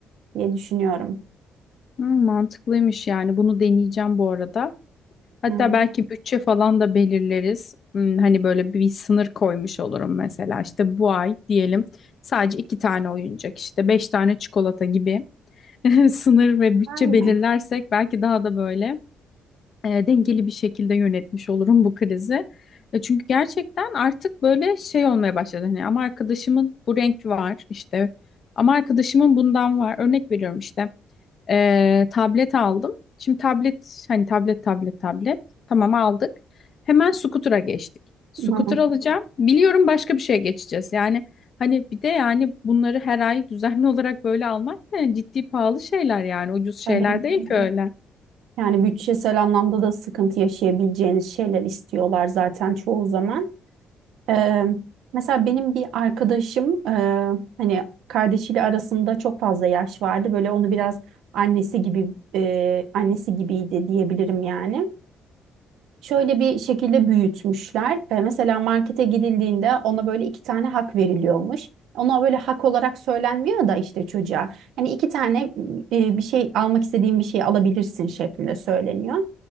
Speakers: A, on the right; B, on the left.
A: diye düşünüyorum.
B: Hmm, mantıklıymış yani. Bunu deneyeceğim bu arada. Hatta
A: Yani,
B: belki bütçe falan da belirleriz. Hmm, Hani böyle bir sınır koymuş olurum mesela. İşte bu ay diyelim sadece iki tane oyuncak işte beş tane çikolata gibi <laughs> sınır ve bütçe
A: aynen.
B: belirlersek belki daha da böyle e, dengeli bir şekilde yönetmiş olurum bu krizi. E, çünkü gerçekten artık böyle şey olmaya başladı. Hani ama arkadaşımın bu renk var işte ama arkadaşımın bundan var. Örnek veriyorum işte e, tablet aldım. Şimdi tablet hani tablet tablet tablet tamam aldık. Hemen scooter'a geçtik. Scooter
A: Hı,
B: alacağım. Biliyorum başka bir şeye geçeceğiz. Yani hani bir de yani bunları her ay düzenli <laughs> olarak böyle almak da yani ciddi pahalı şeyler yani ucuz şeyler
A: tabii.
B: değil ki öyle.
A: Yani bütçesel anlamda da sıkıntı yaşayabileceğiniz şeyler istiyorlar zaten çoğu zaman. Ee, mesela benim bir arkadaşım e, hani kardeşiyle arasında çok fazla yaş vardı. Böyle onu biraz annesi gibi e, annesi gibiydi diyebilirim yani. Şöyle bir şekilde büyütmüşler. E, mesela markete gidildiğinde ona böyle iki tane hak veriliyormuş. Ona böyle hak olarak söylenmiyor da işte çocuğa. Hani iki tane e, bir şey almak istediğin bir şey alabilirsin şeklinde söyleniyor.